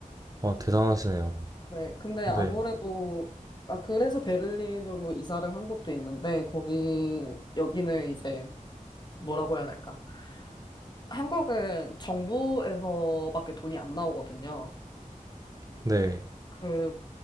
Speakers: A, on the right; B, on the left.
A: 대단하시네요.
B: 네, 근데
A: 네,
B: 아무래도, 아, 그래서 베를린으로 이사를 한 것도 있는데, 거기, 여기는 이제, 뭐라고 해야 될까. 한국은 정부에서밖에 돈이 안 나오거든요.
A: 네.
B: 그,